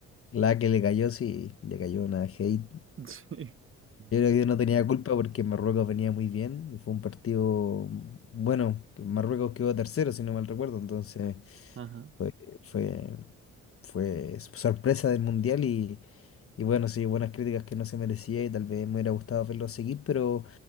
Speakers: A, on the left; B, on the right.
A: La que le cayó, sí, le cayó una hate.
B: <laughs> Sí.
A: Yo creo que no tenía culpa porque Marruecos venía muy bien y fue un partido bueno, que Marruecos quedó tercero, si no mal recuerdo, entonces
B: Ajá.
A: fue, fue, fue sorpresa del Mundial y, y bueno, sí, buenas críticas que no se merecía y tal vez me hubiera gustado verlo seguir, pero